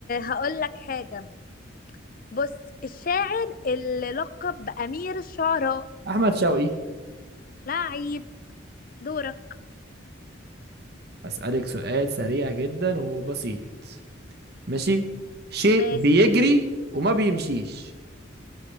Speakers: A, on the left; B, on the right.
A: هقول لك حاجة بص الشاعر اللي لقب بأمير الشعراء
B: أحمد شوقي
A: لعيب دورك
B: أسألك سؤال سريع جدا وبسيط ماشي شيء
A: ماشي
B: بيجري وما بيمشيش